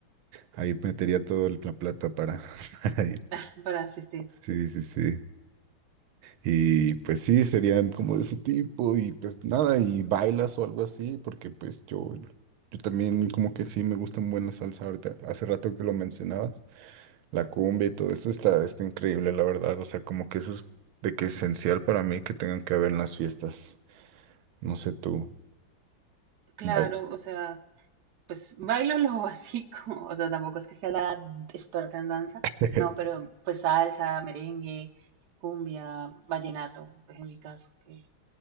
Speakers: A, on the right (about 80°); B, on the right (about 60°).
A: ahí metería todo el- la plata para, <laughs> para ir.
B: <laughs> Para asistir.
A: Sí, sí, sí. Y pues sí, serían como de ese tipo y pues nada, y bailas o algo así, porque pues yo, yo también como que sí me gusta muy buena salsa ahorita, hace rato que lo mencionabas, la cumbia y todo eso está, está increíble, la verdad, o sea, como que eso es de que esencial para mí que tengan que haber en las fiestas, no sé tú,
B: Claro,
A: bail-
B: o sea, pues bailo lo básico, <laughs> o sea, tampoco es que sea la experta en danza,
A: <laughs>
B: no, pero pues salsa, merengue, cumbia, vallenato, pues en mi caso, que,